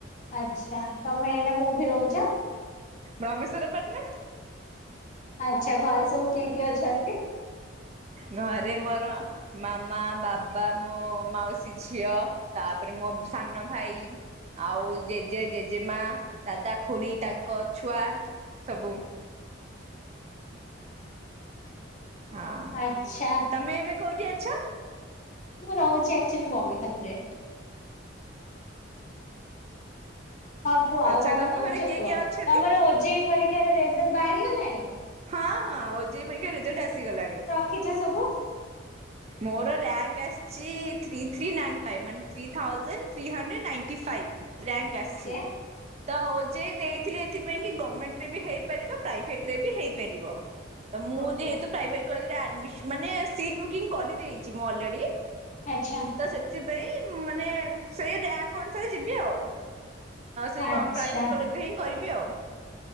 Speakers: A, on the left (about 40°); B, on the right (about 35°).
A: ଆଚ୍ଛା ତମେ ଏଇନା କୋଉଠି ରହୁଛ।
B: ବ୍ରାମେଶ୍ୱର ପାଟଣା।
A: ଆଚ୍ଛା ଘରେ ସବୁ କିଏ କିଏ ଅଛନ୍ତି?
B: ଘରେ ମୋର ମାମା, ବାବା, ମୋ ମାଉସୀ ଝିଅ। ତାପରେ ମୋ ସାନ ଭାଇ ଆଉ ଜେଜେ ଜେଜେମା ଦାଦା ଖୁଡ଼ି ତାଙ୍କ ଛୁଆ ସବୁ। ହଁ
A: ଆଛା।
B: ତମେ ଏବେ କୋଉଁଠି ଅଛ?
A: ମୁଁ ରହୁଛି ଆକ୍ଚୋଲି ବମ୍ବିଖାଲରେ। ହଁ କୁହ
B: ଆଚ୍ଛା
A: ଆଉ କଣ
B: ତମ
A: କହୁଛ
B: ଘରେ କିଏ
A: କୁହ
B: କିଏ ଅଛନ୍ତି?
A: ତମର ଓଜେଇ ପରି ରେଜଲ୍ଟ ବାହାରିଗଲାଣି
B: ହଁ ହଁ ଓଜେଇ ପରୀକ୍ଷା ରେଜଲ୍ଟ ଆସିଗଲାଣି।
A: ରଖିଛେ ସବୁ
B: ମୋର ରିଂର୍ୟାଙ୍କ୍ ଆସିଛି ଥ୍ରୀ ଥ୍ରୀ ନାଇନ୍ ଫାଇଭ୍ ମାନେ three thousand three hundred ninety five. Rank ଆସିଛି
A: okay
B: ତ ଓଜେଇ ଦେଇଥିଲି ଏଥିପାଇଁ କି ଗମେଣ୍ଟରେ ବି ହେଇପାରିବ ପ୍ରାଇଭେଟ ସେଥିରେ ହେଇ ପାରିବ ମୁଁ
A: ଓକେ।
B: ଯେହେତୁ ପ୍ରାଇଭେଟ୍ କଲେଜ୍ ରେ ଆଡମିନ ମାନେ ସିଟି ବୁକିଙ୍ଗ୍ କରିଦେଇଛି ମୁଁ ଅଲରେଡି
A: ଆଚ୍ଛା।
B: ତ ସେଥିପାଇଁ ମାନେ ସେଇ ବ୍ୟାଙ୍କ୍ ଅନୁସାରେ ଯିବି ଆଉ। ସେଇ
A: ଆଚ୍ଛା
B: ପ୍ରାଇଭେଟ କଲେଜ୍‌ରେ ହିଁ କରିବି ଆଉ।